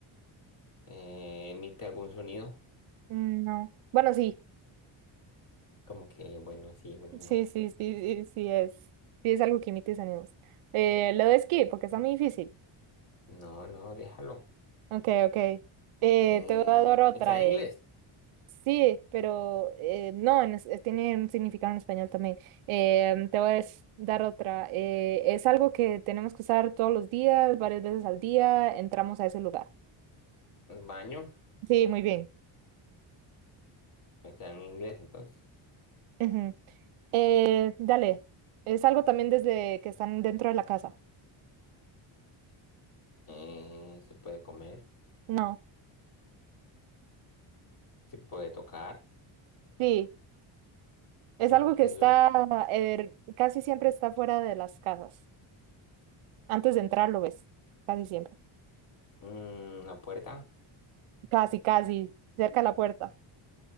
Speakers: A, on the left; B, on the right.
A: Eh, ¿emite algún sonido?
B: Mm, No. Bueno, sí,
A: Como que, bueno, sí, bueno, no.
B: sí, sí, sí, sí, sí es. Sí es algo que emite mis ánimos. Eh, lo de esquí, porque está muy difícil.
A: No, no, déjalo.
B: Ok, ok. Eh,
A: Eh,
B: te voy a dar otra.
A: está en inglés.
B: eh. Sí, pero eh, no, en es- eh, tiene un significado en español también. Eh, te voy a des- dar otra. Eh, es algo que tenemos que usar todos los días, varias veces al día, entramos a ese lugar.
A: El baño
B: Sí, muy bien.
A: está en inglés, entonces.
B: Ujú. Eh, dale, es algo también desde que están dentro de la casa.
A: Eh, se puede comer,
B: No.
A: se puede tocar.
B: Sí. Es
A: Emite
B: algo que está,
A: so-
B: eh, casi siempre está fuera de las casas. Antes de entrar lo ves, casi siempre.
A: mm, una puerta,
B: Casi, casi, cerca de la puerta.